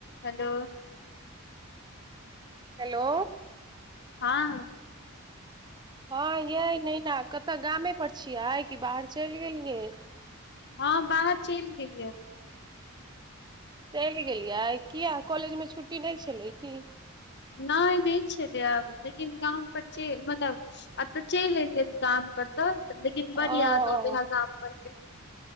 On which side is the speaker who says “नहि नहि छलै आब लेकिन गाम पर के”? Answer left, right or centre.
Left